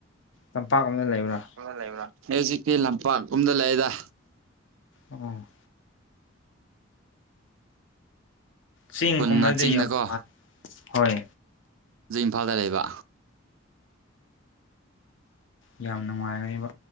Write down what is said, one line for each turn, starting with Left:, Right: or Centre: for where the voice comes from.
Left: ꯇꯝꯄꯥꯛ ꯑꯃꯅ ꯂꯩꯕ꯭ꯔꯥ
Right: ꯂꯩꯕ꯭ꯔ ꯑꯩ ꯍꯧꯖꯤꯛꯇꯤ ꯂꯝꯄꯥꯛ ꯀꯨꯝꯗ ꯂꯩꯑꯦꯗ
Left: ꯎꯝ ꯆꯦꯡꯒꯨꯝꯕꯗꯤ
Right: ꯈꯨꯟꯅ ꯆꯤꯡꯗꯀꯣ
Left: ꯌꯥꯝ ꯋꯥ ꯍꯣꯏ
Right: ꯍꯧꯖꯤꯛ ꯏꯝꯐꯥꯜꯗ ꯂꯩꯕ
Left: ꯌꯥꯝ ꯅꯨꯡꯉꯥꯏꯔꯔꯤꯕ